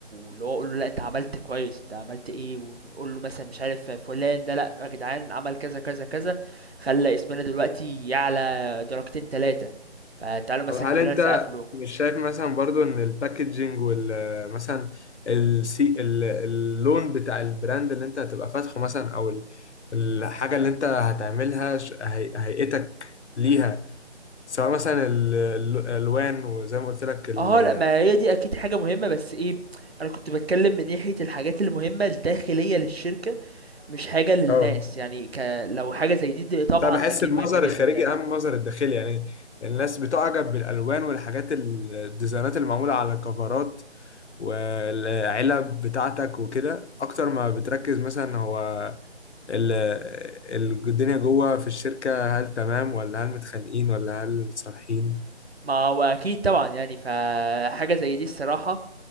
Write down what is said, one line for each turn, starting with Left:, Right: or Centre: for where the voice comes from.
Right: اللي هو أقول له لأ أنت عملت كويس أنت عملت إيه ونقول له مثلا مش عارف فلان ده لأ يا جدعان عمل كذا كذا كذا خلى اسمنا دلوقتي يعلى درجتين تلاتة فتعالوا مثلا
Left: طب هل
Right: كلنا
Left: انت
Right: نسقف له
Left: مش شايف مثلا برضو ان الباكجينج وال آه، مثلا السي ال- اللون بتاع البراند اللي انت هتبقى فاتحه مثلا او ال- الحاجه اللي انت هتعملها ش- هي- هيئتك ليها سواء مثلا ال- الالوان وزي ما قلت لك ال-
Right: اه لأ ما هي دي أكيد حاجة مهمة بس إيه أنا كنت بتكلم من ناحية الحاجات المهمة الداخلية للشركة مش حاجة للناس
Left: اه
Right: يعني ك... لو حاجة زي دي, دي طبعا
Left: بس انا بحس
Right: أكيد
Left: المظهر
Right: مهمة جدا
Left: الخارجي
Right: يعني
Left: اهم من المظهر الداخلي يعني الناس بتعجب بالالوان والحاجات ال- الديزاينات اللي معموله على الكفرات والعلب بتاعتك وكده اكتر ما بتركز مثلا هو ال- ال- الدنيا جوه في الشركه هل تمام ولا هل متخانقين ولا هل متصالحين
Right: ما هو اكيد طبعا يعني فحاجه زي دي الصراحه